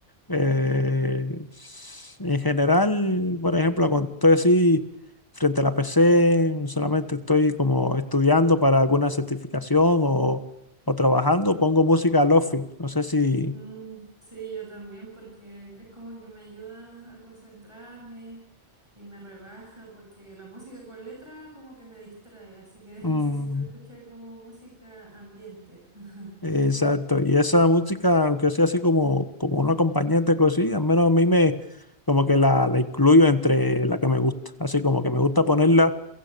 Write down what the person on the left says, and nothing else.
eh,
s- en general, por ejemplo, cuando estoy así frente a la PC, solamente estoy como estudiando para alguna certificación o, o trabajando, pongo música lofi. No sé si,
Mm.
Exacto, y esa música, aunque sea así como, como un acompañante, cosí, al menos a mí me, como que la, la incluyo entre la que me gusta, así como que me gusta ponerla